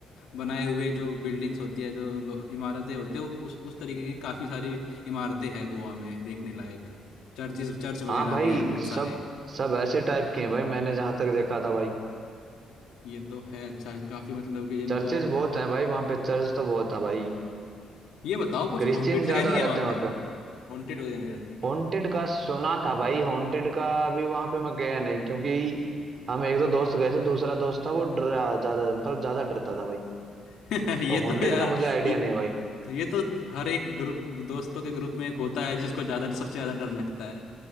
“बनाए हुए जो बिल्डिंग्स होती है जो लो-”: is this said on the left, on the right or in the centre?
Left